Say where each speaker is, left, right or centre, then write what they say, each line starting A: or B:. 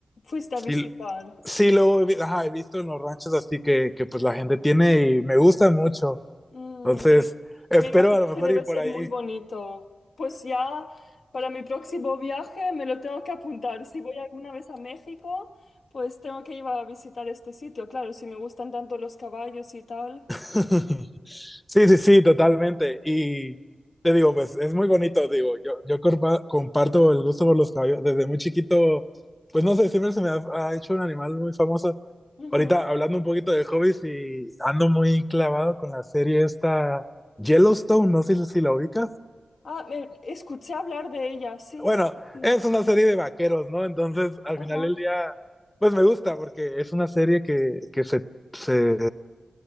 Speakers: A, on the left; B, on the left.
A: Fuiste
B: sí,
A: a visitar.
B: sí lo he, vi- ajá, he visto en los ranchos, así que, que pues la gente tiene y me gusta mucho.
A: Mm,
B: Entonces,
A: me,
B: espero
A: me imagino
B: a lo mejor
A: que debe
B: ir por
A: ser
B: ahí.
A: muy bonito. Pues ya para mi próximo viaje me lo tengo que apuntar. Si voy alguna vez a México, pues tengo que ir a visitar este sitio. Claro, si me gustan tanto los caballos y tal.
B: <laughs> Sí, sí, sí, totalmente. Y te digo, pues es muy bonito, digo, yo, yo compa- comparto el gusto por los caballos. Desde muy chiquito, pues no sé, siempre se me ha, ha hecho un animal muy famoso
A: Ujú.
B: Ahorita hablando un poquito de hobbies y ando muy clavado con la serie esta Yellowstone, no sé si la ubicas.
A: Ah, me- escuché hablar de ella. Sí,
B: Bueno,
A: sí, sí.
B: es una serie de vaqueros, ¿no? Entonces, al
A: Ajá.
B: final del día, pues me gusta porque es una serie que, que se, se